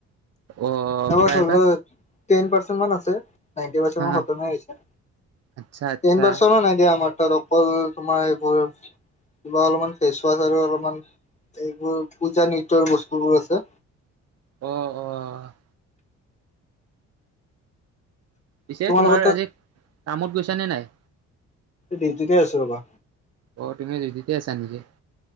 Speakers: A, on the right (about 55°); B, on the left (about 25°).
A: অ',
B: আকৌ
A: প্ৰায়ভাগ
B: থ'বলৈ টেন পাচেণ্ট তোমত আছে নাইনটি পাৰ্চেন্টেও
A: হা
B: খতমে হৈছে,
A: আচ্ছা আচ্ছা
B: ট্ৰেন পাচেণ্টও তাত অকল তোমাৰ এইবোৰৰ কিবা অলপমান ফেচ ৱাছ আৰু অলমান এইবোৰ পূজা নৃত্যয়ৰ বস্তুবোৰ আছে।
A: অহ, অহ। পিছে
B: তোমালোকৰ
A: তোমাৰ
B: তাত
A: আজি কামত গৈছ নে নাই?
B: দিউটিতে আছোঁ ৰ'বা।
A: অ', তুমি দিউটিতে আছা নেকি?